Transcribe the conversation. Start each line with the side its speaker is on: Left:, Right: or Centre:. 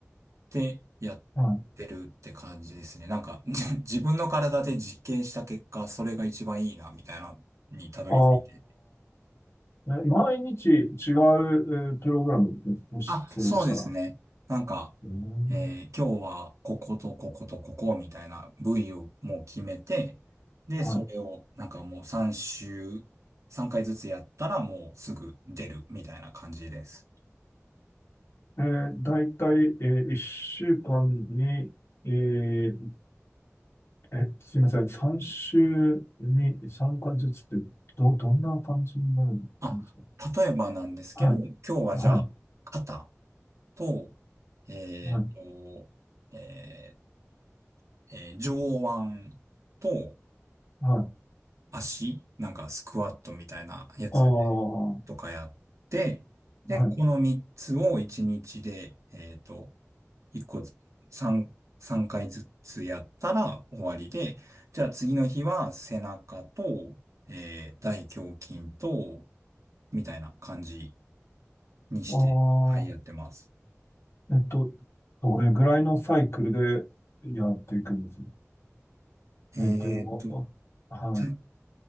Right: で、やってるって感じですね。
Left: はい。
Right: なんか、<laughs> じ自分の体で実験した結果、それが一番いいな、みたいな、にたどり着いて。
Left: ああ、え毎日違う、えープログラムですね。もし、
Right: あ、
Left: それでしたら。
Right: そうですね。なんか、
Left: うん
Right: えー今日はこことこことここみたいな部位をもう決めて、で、
Left: は
Right: それをなんかもう3週、3回ずつやったらもうすぐ出るみたいな感じです。
Left: い。えー、大体、えー、1週間に、えーえ、すいません。3週に参加ずつって、ど、どんな感じになるんですか
Right: あ、例えばなんですけど、
Left: はい。
Right: 今日はじゃあ、
Left: はい。
Right: 肩と、えっと、
Left: はい。
Right: えーえー上腕と、
Left: はい。
Right: 足、なんかスクワットみたいなやつで、
Left: ああ、は
Right: とかやって、で、この3つを1日で、
Left: い。
Right: えっと、1個ず、3、3回ずつやったら終わりで、じゃあ次の日は背中と、えー大胸筋と、みたいな感じにして、
Left: あ
Right: はい、やってます。
Left: あ、えっと、どれぐらいのサイクルでやっていくんです
Right: えっと、
Left: え、っていうのは、あはい。
Right: さ